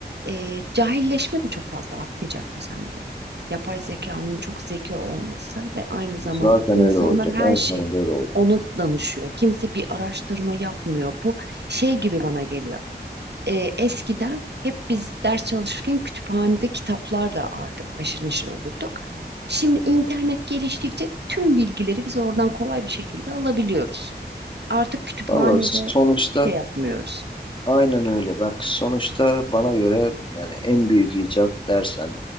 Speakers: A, on the right; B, on the left.
A: Ee, cahilleşme de çok fazla artmayacak mı sence? Yapay zekanın çok zeki olması ve aynı zamanda
B: zaten
A: insanlar
B: öyle olacak.
A: her
B: En
A: şey
B: sonunda öyle olacak.
A: onu danışıyor. Kimse bir araştırma yapmıyor. Bu şey gibi bana geliyor. e, eskiden hep biz ders çalışırken kütüphanede kitaplarla artık haşır neşir olurduk. Şimdi internet geliştikçe tüm bilgileri biz oradan kolay bir şekilde alabiliyoruz. Artık kütüphanede
B: Valla sonuçta
A: hiçbir şey yapmıyoruz.
B: Aynen öyle. Bak sonuçta bana göre yani en büyük icat dersen